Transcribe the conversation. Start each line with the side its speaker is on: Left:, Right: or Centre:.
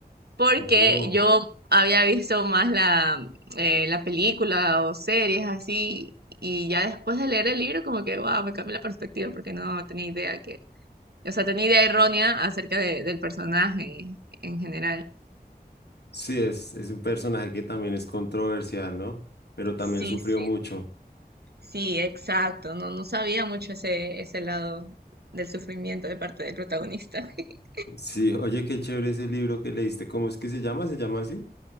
Right: porque
Left: Oh,
Right: yo había visto más la, eh, la película o series así, y ya después de leer el libro como que, wow, me cambió la perspectiva, porque no tenía idea que, o sea, tenía idea errónea acerca de- del personaje en general.
Left: Sí, es, es un personaje que también es controversial, ¿no? Pero también
Right: Sí,
Left: sufrió
Right: sí.
Left: mucho.
Right: Sí, exacto. No, no sabía mucho ese, ese lado del sufrimiento de parte del protagonista. <laughs>
Left: Sí, <laughs> oye, qué chévere ese libro que leíste. ¿Cómo es que se llama? ¿Se llama así?